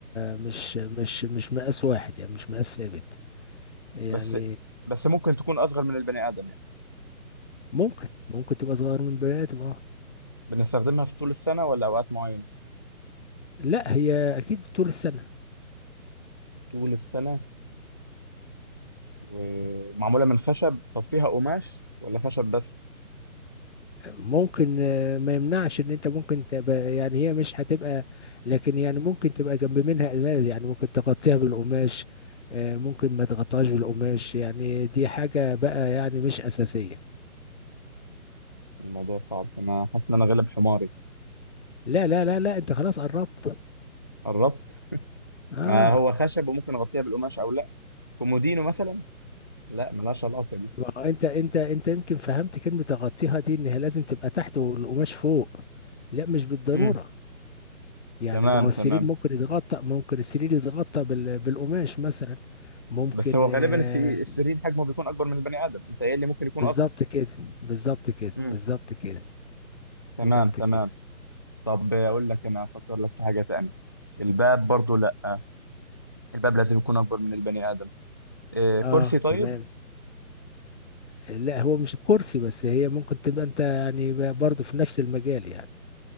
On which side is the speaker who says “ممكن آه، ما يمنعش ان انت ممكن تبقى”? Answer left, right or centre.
Left